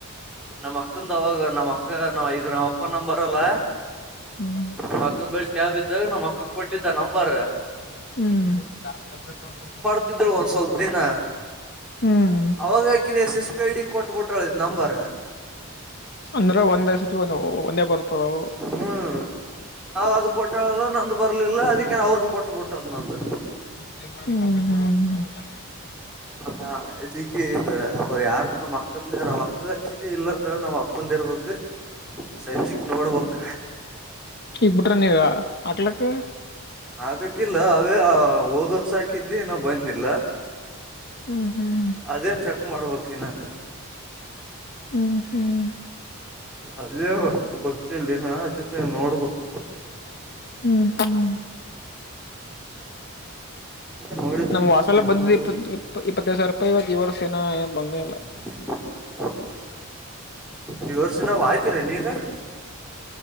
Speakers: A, in the centre; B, on the left.
A: ನಮ್ಮ ಅಕ್ಕಂದ ಅವಾಗ ನಮ್ಮ ಅಕ್ಕ ನಾ ಇದು ನಮ್ಮಪ್ಪನ್ ನಂಬರ್ ಅಲ್ಲ.
B: ಹ್ಮ್.
A: ನಮ್ಮ ಅಕ್ಕನ್ ಬಲ್ಲಿ ಟ್ಯಾಬ್ ಇತ್ತ ನಮ್ಮಕ್ಕಗ್ ಕೊಟ್ಟಿದ್ದ ನಂಬರ್.
B: ಹ್ಮ್.
A: ಇರರ್ತಿದ್ರು. ಒಂದ್ ಸ್ವಲ್ಪ ದಿನ.
B: <inaudible>
A: ಅವಾಗ ಆಕೀನ್ S S P I D ಕೊಟ್ಟ ಬಿಟ್ಟಳ ಇದ್ ನಂಬರ್.
B: ಅಂದ್ರ ಒಂದ ಆಸತಿ ಒಂದ್ ಒಂದೇ ಬರ್ತಾದ್ ಅವು.
A: ಹ್ಮ್ ಅವ್ ಅದ ಕೊಟ್ಟಳಲ್ಲ. ನಂದು ಬರ್ಲಿಲ್ಲ ಅದಕ್ಕೇ ಅವ್ರ್ದ ಕೊಟ್ಟಬಿಟ್ಟದ ನಂದ.
B: ಹ್ಮ್ ಹ್ಮ್ ಹ್ಮ
A: ಹಾ ಅದಿಕ್ಕೆ ಇದು ಅವ ಯಾರದು ನಮಕ್ಕಂದೂ ನಮ್ಮ ಅಪ್ಪ ಅಕ್ಕಗ ಹಚ್ಚಿದ್ದೆ ಇಲ್ಲ ಅಂದುಳು ನಮ್ಮಪ್ಪಂದು ಇರ್ಬಕು. ಸಂಜೆಕಿ ನೋಡ್ಬಕು.
B: ಈಗ್ ಬಿಟ್ರ ನೀವಾ ಹಾಕ್ಲಕ್ಕ.
A: ಆಕಕ್ಕಿಲ್ಲಾ ಅವೇ ಹಾ ಓದ್ ವರ್ಷ ಹಾಕಿದ್ದೇ ಇನ ಬಂದಿಲ್ಲ.
B: ಹ್ಮ್ ಹ್ಮ್
A: ಅದೇ ಚೆಕ್ ಮಾಡ್ಬಕ್ ಇನ್ನ.
B: ಹ್ಮ್ ಹ್ಮ್
A: ಅದೇ ಗೊತ್ತಿಲ್ಲಿನಾ ಅದಕ್ಕಾಗಿ ನೋಡ್ಬಕು.
B: ಹ್ಮ್ ಹ್ಮ್
A: ನೋಡಿದ್ ಬೆಳಿತಂತ
B: ನಮ್ಮುವ್ ಆ ಸಲ
A: ಇದ್
B: ಬಂದದ್ದೇ
A: ಮಾಡಿ
B: ಇಪ್ಪತ್ ಇಪ್ ಇಪ್ಪ ಇಪ್ಪತ್ತೈದು ಸಾವಿರೂಪಾಯಿ ಇವ ಇವರ್ಸೇನ ಏನ್ ಬಂದೆ ಇಲ್ಲ.
A: <inaudible> ಈ ವರ್ಸ್ ಇಲ್ಲ ಅವು ಹಾಕಿರೆನು ಈಗ.